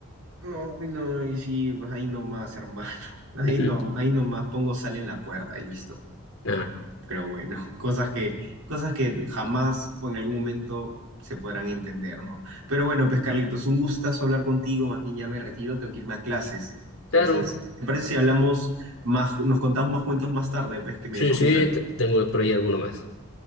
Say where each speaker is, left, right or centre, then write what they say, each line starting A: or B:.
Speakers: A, on the right; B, on the left.
A: No, ay, no, ahí sí, pues ahí nomás, hermano. <laughs> Ahí,
B: Ujú.
A: norm ahí nomás pongo sal en la puerta y listo.
B: Ah,
A: Pero bueno, <laughs> cosas que, cosas que jamás o en algún momento se podrán entender, ¿no? Pero bueno, pues Carlitos, un gustazo hablar contigo, más bien ya me retiro, tengo que irme a clases. Entonces,
B: claro,
A: ¿te parece si hablamos más, nos contamos más cuentos más tarde, pues que me
B: sí,
A: desocupe?
B: sí, t- tengo por ahí alguno más.